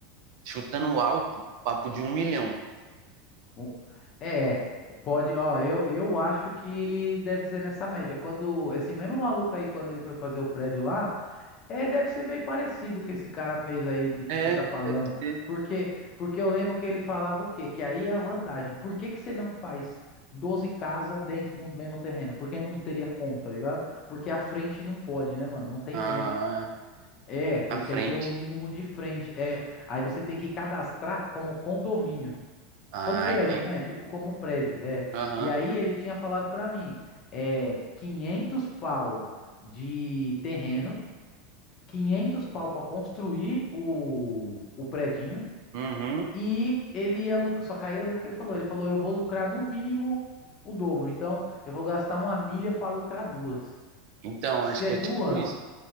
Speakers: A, on the right; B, on the left.
A: chutando alto, papo de um milhão.
B: Um- É, pode, ó, eu, eu acho que deve ser nessa média. Quando esse mesmo maluco aí, quando ele foi fazer o prédio lá, é, deve ser meio parecido o que esse cara fez aí do que
A: É,
B: você tá falando.
A: deve ser.
B: Porque, porque eu lembro que ele falava o quê? Que aí é a vantagem. Por que que você não faz 12 casas dentro do mesmo terreno? Porque não teria como, tá ligado? Porque a frente não pode, né, mano? Não tem
A: Ah,
B: frente. É, porque
A: na frente.
B: aí tem um mínimo de frente. É, aí você tem que cadastrar como condomínio.
A: Ah,
B: Como prédio,
A: entendi.
B: né? Tipo, como prédio. É.
A: Aham.
B: E aí ele tinha falado pra mim, é 500 pau de terreno, 500 pau pra construir o, o predinho
A: Uhum.
B: e ele ia lucrar. Só que aí eu lembro que ele falou, ele falou, eu vou lucrar no mínimo o dobro. Então, eu vou gastar uma milha pra lucrar duas.
A: Então,
B: Se
A: acho que
B: é duas,
A: é tipo isso.